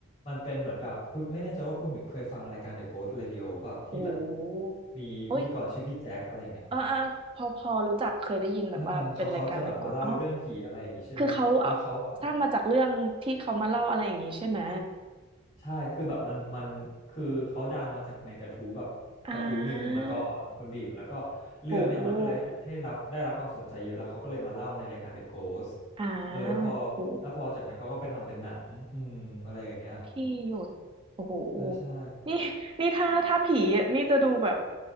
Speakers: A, on the left; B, on the right.
A: มันเป็นเหมือนแบบคุณไม่แน่ใจว่าคุณบิ่มเคยฟังรายการ The Ghost Radio เปล่าที่แบบ
B: โอ้โห
A: มีพิธีกรชื่อพี่แจ็คอะไรอย่างเงี้ย
B: โอ้ยเออเออพอพอรู้จักเคยได้ยินแบบว่าเป็นรายการเดอะกดอ๋อ
A: เออเออเขาเขาจะแบบมาเล่าเรื่องผีอะไรอย่างงี้ใช่ไหมแล้วเขาอะ
B: คือเขาเอาสร้างมาจากเรื่องที่เขามาเล่าอะไรอย่างนี้ใช่ไหม
A: ใช่คือแบบมันมันคือเขาดังมาจากในกระทู้แบบกระทู้หนึ่งมาก่อนคุณบีมแล้วก็
B: อ่า
A: เรื่องเนี่ยมันก็เลยให้รับได้รับความสนใจเยอะแล้วเขาก็เลยมาเล่าในรายการ
B: โห
A: The Ghost
B: อ่า
A: เออแล้วพอ
B: โห
A: แล้วพอจากนั้นเขาก็ไปทำเป็นหนังอืมอะไรอย่างเงี้ย
B: ที่หยดโอ้โห
A: ใช่ใช่
B: นี่นี่ถ้าถ้าผีอะนี่จะดูแบบ